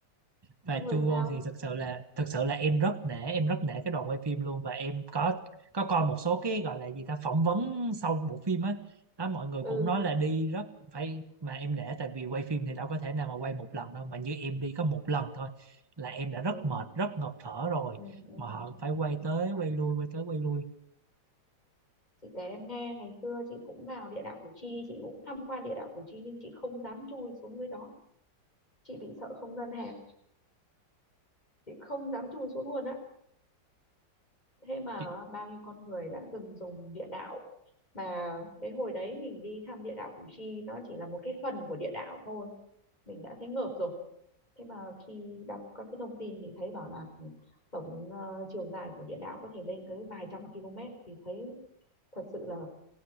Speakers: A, on the right; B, on the left.
A: và
B: xong rồi
A: chui vô
B: sao
A: thì thực sự là thực sự là em rất nể em rất nể cái đoàn quay phim luôn và em có có coi một số cái gọi là gì ta phỏng vấn sau bộ phim á đó, mọi người
B: ừ
A: cũng nói là đi rất phải mà em nể tại vì quay phim thì đâu có thể nào mà quay một lần đâu mà như em đi có một lần thôi là em đã rất
B: đúng
A: mệt rất ngộp thở rồi
B: ừ, ừ,
A: mà họ
B: ừ.
A: phải quay tới quay lui quay tới quay lui
B: chị kể em nghe ngày xưa chị cũng vào địa đạo Củ Chi chị cũng tham quan địa đạo Củ Chi nhưng chị không dám chui xuống dưới đó chị bị sợ không gian hẹp chị không dám chui xuống luôn á thế mà
A: Chị-
B: bao nhiêu con người đã từng dùng địa đạo mà cái hồi đấy mình đi thăm địa đạo Củ Chi nó chỉ là một cái phần của địa đạo thôi mình đã thấy ngợp rồi thế mà khi đọc các cái thông tin thì thấy bảo là tổng ờ, chiều dài của địa đạo có thể lên tới vài trăm km thì thấy thật sự là